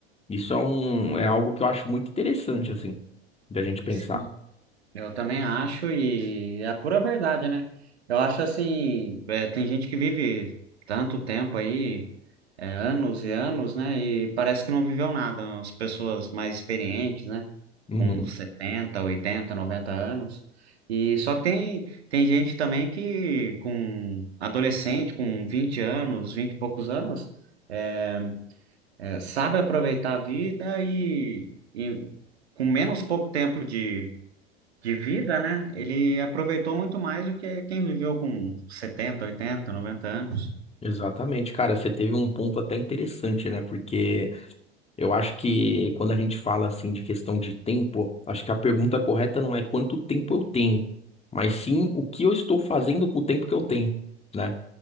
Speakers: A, on the left; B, on the right.
A: Isso é, um, é algo que eu acho muito interessante, assim, da gente pensar.
B: Sim. Eu também acho, e é a pura verdade, né? Eu acho assim, é, tem gente que vive tanto tempo aí, é, anos e anos, né? E parece que não viveu nada. As pessoas mais experientes, né?
A: Uhum.
B: Com 70, 80, 90 anos. E só que tem, tem gente também que com adolescente, com 20 anos, 20 e poucos anos, é, é, sabe aproveitar a vida e e com menos pouco tempo de de vida, né? Ele aproveitou muito mais do que quem viveu com 70, 80, 90 anos.
A: Exatamente, cara, você teve um ponto até interessante, né? Porque eu acho que quando a gente fala assim de questão de tempo, acho que a pergunta correta não é quanto tempo eu tenho, mas sim o que eu estou fazendo com o tempo que eu tenho, né?